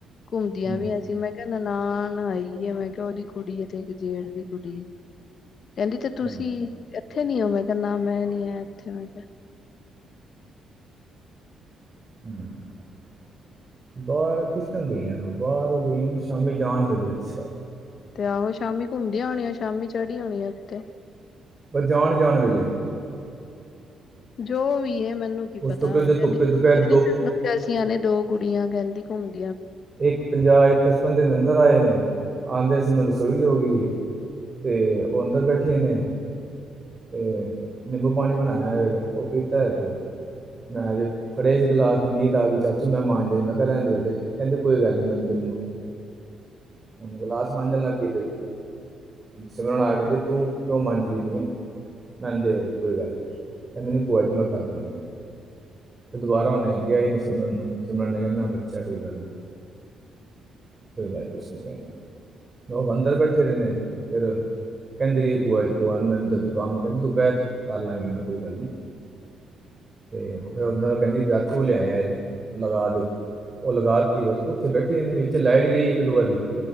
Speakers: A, on the left; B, on the right.
A: ਘੁੰਮਦੀਆਂ
B: ਹੂੰ,
A: ਪਈਆਂ ਸੀ ਮੈਂ ਕਿਹਾ ਨਨਾਣ ਆਈਏ ਮੈਂ ਕਿਹਾ ਉਹਦੀ ਕੁੜੀ ਇ ਤੇ ਜੇਠ ਦੀ ਕੁੜੀ ਕਹਿੰਦੀ ਤੇ ਤੁਸੀਂ
B: ਹੂੰ,
A: ਇੱਥੇ ਨੀ ਹੋਵ ਕਰਨਾ ਮੈਂ ਨੀ ਆ ਇੱਥੇ ਮੈਂ ਕਿਹਾ
B: <inaudible>
A: ਤੇ ਆਹੋ ਸ਼ਾਮੀ ਘੁੰਮਦੀਆਂ ਹੋਣੀਆਂ ਸ਼ਾਮੀ ਚੜੀ ਓਨੀ ਉੱਥੇ
B: ਪਰ ਜਾਣ ਜਾਣ ਵੇਲੇ
A: ਜੋ ਵੀ ਹੈ ਮੈਂ ਮੈਨੂੰ ਕੀ
B: ਉਸ
A: ਪਤਾ
B: ਤੋਂ ਕਿ ਜੋ
A: ਕਹਿੰਦੀ
B: ਧੁੱਪੇ ਦੁਪਹਿਰ
A: ਕਹਿੰਦੀ ਤੈਨੂੰ ਅਸੀਂ ਨੇ ਦੋ ਕੁੜੀਆਂ ਕਹਿੰਦੀ ਘੁੰਮਦੀ
B: ਇੱਕ ਪੰਜਾਹ ਇੱਕ ਬੰਦੇ ਨੇ ਅੰਦਰ ਆਏ ਨੇ ਉਹ ਆਉਂਦੇ ਸੀ ਮੈਂ ਰਸੋਈ ਚ ਹੋ ਗਈ ਤੇ ਉਹ ਅੰਦਰ ਬੈਠੀ ਨੇ ਤੇ ਨਿੰਬੂ ਪਾਣੀ ਬਣਾਇਆ ਫ ਉਹ ਪੀਤਾ ਹੈ ਤੇ ਮੈਂ ਜੇ ਫੜੇ ਸੀ ਗਲਾਸ ਤੇ ਨੀਂਹਤ ਆ ਗਈ ਚਾਚੂ ਮੈਂ ਮਾਂਜਦੇ ਨੇ ਮੈਂ ਕਿਹਾ ਰਹਿਣ ਦੇ ਬੇਟੇ ਕਹਿੰਦੇ ਕੋਈ ਗੱਲ ਨੀ ਮੈਂਦੇ ਮ ਕਲਾਸ ਮਾਂਜਣ ਲੱਗ ਗ ਤੇ ਸਿਮਰਨ ਆ ਕਹਿੰਦੇ ਤੂੰ ਕਿਉ ਮੰਜਦੀ ਪੀਏ ਮਹਿੰਦੇ ਵਰੇ ਕੋਈ ਗੱਲ ਨ ਕਹਿੰਦੇ ਨ ਭੂਆ ਜੀ ਮੈਂ ਕਰ ਦਿੰਦੀ ਆ ਤੇ ਦੁਬਾਰਾ ਉਹਨੇ ਕਿਹਾ ਹੀ ਨਹੀਂ ਸਿਮਰਨ ਨੂੰ ਸਿਮਰਨ ਨੇ ਕਹਿੰਦਾ ਬੱਚਾ ਕੋਈ ਗੱਲ ਨ ਕੋਈ ਗੱਲ ਕੁਛ ਨੀ ਕਹਿਣਾ ਉਹ ਅੰਦਰ ਬੈਠੇ ਰਹੇ ਨੇ ਫਿਰ ਕਹਿੰਦੀ ਰਹੀ ਬੂਆ ਨੂੰ ਮੈਨੂੰ ਕੰਮ ਕਹਿੰਦੀ ਤੂੰ ਬੈਠ ਕਰ ਲਾਂਗੀ ਮੈਂ ਕੋਈ ਗੱਲ ਨੀ ਤੇ ਫਿਰ ਕਹਿੰਦੀ ਚੂ ਲਿਆਇ ਲਗਾ ਦਿਓ ਉਹ ਲਗਾ ਤੀ ਬਸ ਉੱਥੇ ਬੈਠੀ ਰਦੀ ਲਾਈਟ ਗਈ ਇੱਕ ਦੋ ਵਾਰੀ